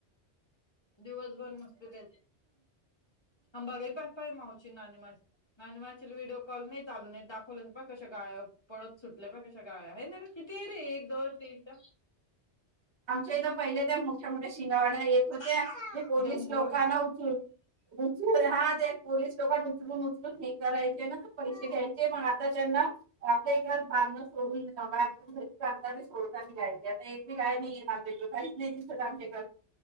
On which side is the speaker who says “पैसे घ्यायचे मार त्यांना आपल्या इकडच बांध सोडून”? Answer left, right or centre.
Right